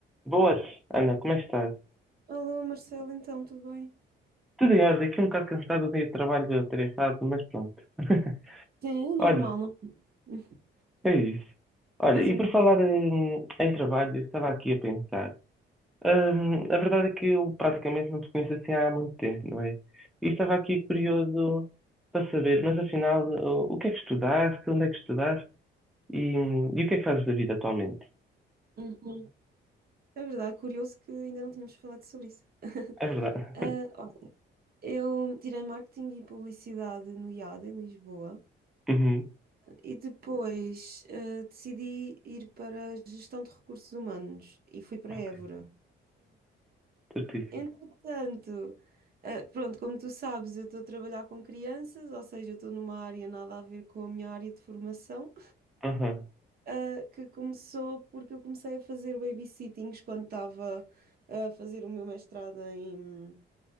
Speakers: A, in the centre; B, on the right.
A: Boas, Ana, como é que estás?
B: Alô, Marcelo, então, tudo bem?
A: Tudo em ordem, aqui um bocado cansado do dia de trabalho atarefado, mas pronto. <laughs>
B: Sim, o normal,
A: Olha,
B: não? é? <laughs>
A: é isso. Olha,
B: Hum, Mais
A: e
B: um
A: por
B: dia.
A: falar em, em trabalho, eu estava aqui a pensar. Hum, a verdade é que eu praticamente não te conheço assim há muito tempo, não é? E estava aqui curioso para saber, mas afinal, o, o que é que estudaste, onde é que estudaste e, hum, e o que é que fazes da vida atualmente?
B: Uhum. É verdade, curioso que ainda não tínhamos falado sobre isso. <laughs>
A: É verdade.
B: Ah,
A: <laughs>
B: olha, eu tirei marketing e publicidade no IAD, em Lisboa,
A: Uhum.
B: e depois ah, decidi ir para gestão de recursos humanos e fui para
A: Ok.
B: Évora.
A: Certíssimo.
B: Entretanto, ah, pronto, como tu sabes, eu estou a trabalhar com crianças, ou seja, eu estou numa área nada a ver com a minha área de formação.
A: Aham,
B: ah, que começou porque eu comecei a fazer babysittings quando estava a fazer o meu mestrado em,